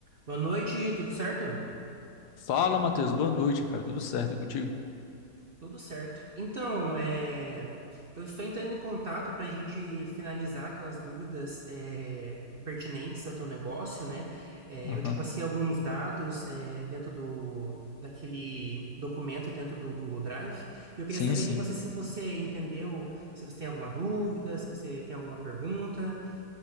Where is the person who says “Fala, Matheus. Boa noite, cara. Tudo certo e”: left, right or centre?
Left